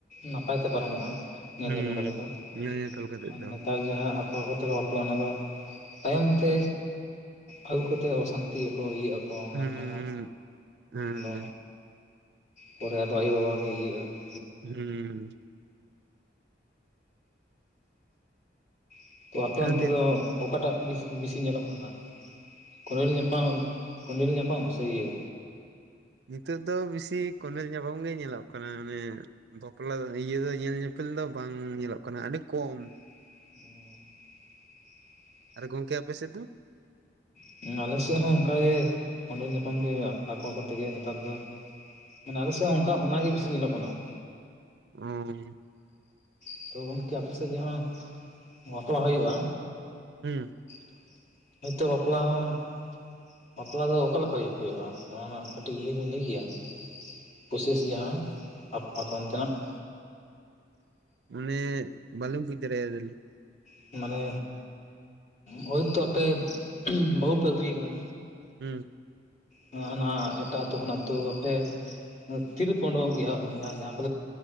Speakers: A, on the left; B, on the right.
A: ᱱᱟᱯᱟᱭ ᱛᱮ ᱯᱟᱨᱚ ᱢᱚᱜᱼᱟ ᱾ ᱧᱮᱞ
B: ᱦᱩᱸ
A: ᱧᱮᱯᱮᱞ ᱠᱟᱛᱮᱜ ᱫᱚ,
B: ᱧᱮᱞ ᱧᱮᱯᱮᱞ ᱠᱟᱛᱮᱫ
A: ᱟᱨ
B: ᱫᱚ
A: ᱱᱮᱛᱟᱨ ᱡᱟᱸᱦᱟ ᱟᱠᱚ ᱟᱠᱚ ᱛᱮᱠᱚ ᱵᱟᱯᱞᱟᱜᱼᱟ ᱚᱱᱟ ᱫᱚᱼᱼ <inaudible> ᱛᱟᱭᱚᱢ ᱛᱮ ᱟᱹᱜᱩ ᱠᱟᱛᱮᱫ ᱚᱥᱟᱱᱛᱤ ᱟᱠᱚ ᱤᱭᱟᱹᱜ ᱟᱠᱚᱼᱼ <inaudible> ᱛᱚ ᱚᱱᱟ
B: ᱦᱩᱸ
A: ᱫᱚ
B: ᱦᱮᱸ
A: ᱢᱟ ᱯᱚᱨᱮ ᱟᱫᱚ ᱟᱭᱳ ᱵᱟᱵᱟ ᱜᱮ ᱤᱭᱟᱹᱜᱼᱟ ᱾
B: ᱦᱩᱸ
A: <inaudible> ᱛᱚ ᱟᱯᱮ
B: ᱟᱨ
A: ᱚᱱᱛᱮ
B: ᱱᱤᱛ
A: ᱫᱚ ᱚᱠᱟ ᱴᱟᱜ ᱵᱮᱥᱤ ᱧᱮᱞᱚᱜ ᱠᱟᱱᱟ ᱠᱳᱸᱰᱮᱞ ᱧᱟᱯᱟᱢ ᱾ ᱠᱳᱸᱰᱮᱞ ᱧᱟᱯᱟᱢ ᱥᱮ ᱤᱭᱟᱹ?
B: ᱱᱤᱛᱚᱜ ᱫᱚ ᱵᱮᱥᱤ ᱠᱳᱸᱰᱮᱞ ᱧᱟᱯᱟᱢ ᱜᱮ ᱧᱮᱞᱚᱜ ᱠᱟᱱᱟ ᱚᱱᱮᱼᱼ ᱵᱟᱯᱞᱟ ᱫᱚ ᱤᱭᱟᱹ ᱫᱚ ᱧᱮᱞ ᱧᱮᱯᱮᱞ ᱫᱚ ᱵᱟᱝ ᱧᱮᱞᱚᱜ ᱠᱟᱱᱟ ᱟᱹᱰᱤ ᱠᱚᱢ ᱾
A: <unintelligible>
B: ᱟᱨ ᱜᱚᱝᱠᱮ ᱟᱯᱮ ᱥᱮᱫ ᱫᱚ?
A: <inaudible> ᱟᱞᱮ ᱥᱮᱫ ᱦᱚᱸ ᱚᱱᱠᱟᱜ ᱜᱮ, ᱠᱚᱸᱰᱮᱞ ᱧᱟᱯᱟᱢ ᱜᱮ ᱟᱠᱚ ᱟᱠᱚ ᱛᱮᱜᱮ ᱱᱮᱛᱟᱨ ᱫᱚ ᱾ <inaudible> ᱢᱟᱱᱮ ᱟᱞᱮ ᱥᱮᱫ ᱦᱚᱸ ᱚᱱᱠᱟ ᱚᱱᱟᱜ ᱜᱮ ᱵᱤᱥᱤ ᱧᱮᱞᱚᱜ ᱠᱟᱱᱟ ᱾
B: <unintelligible>
A: <inaudible> ᱛᱚ ᱜᱚᱝᱠᱮ ᱟᱯᱮ ᱥᱮᱫ ᱡᱟᱸᱦᱟ ᱵᱟᱯᱞ ᱦᱩᱭᱩᱜᱼᱟ,
B: ᱦᱩᱸ
A: <inaudible> ᱦᱚᱭ ᱛᱚ ᱵᱟᱯᱞᱟ ᱼᱼ <inaudible> ᱵᱟᱯᱞᱟ ᱫᱚ ᱚᱠᱟ ᱞᱮᱠᱟ ᱦᱩᱭᱩᱜᱼᱟ ᱚᱱᱟ ᱨᱮᱱᱟᱜ ᱠᱟᱹᱴᱤᱡ ᱤᱭᱟᱹᱢ ᱞᱟᱹᱭ ᱠᱮᱭᱟ ᱾ ᱯᱨᱚᱥᱮᱥ ᱡᱟᱦᱟ ᱟᱯᱮ ᱚᱱᱛᱮ ᱱᱟᱜ ᱾
B: ᱢᱟᱱᱮ ᱵᱟᱞᱤᱧ ᱵᱩᱡᱽ ᱫᱟᱲᱮ ᱟᱫᱟ ᱞᱤᱧ ᱾
A: <inaudible> ᱢᱟᱱᱮ ᱦᱳᱭ ᱛᱚ ᱟᱯᱮ ᱵᱟᱹᱦᱩ ᱯᱮ ᱟᱹᱜᱩᱭᱮ ᱠᱟᱱᱟ,
B: ᱦᱩᱸ
A: ᱦᱟᱱᱮ ᱦᱟᱱᱟ ᱮᱴᱟᱜ ᱟᱹᱛᱳ ᱠᱷᱚᱱᱟᱜ <unintelligible> ᱟᱯᱮ ᱛᱤ ᱨᱮᱯᱮ ᱳᱰᱳᱝᱚᱜ ᱜᱮᱭᱟ ᱡᱟᱦᱟᱸ ᱡᱟᱦᱟ ᱠᱚ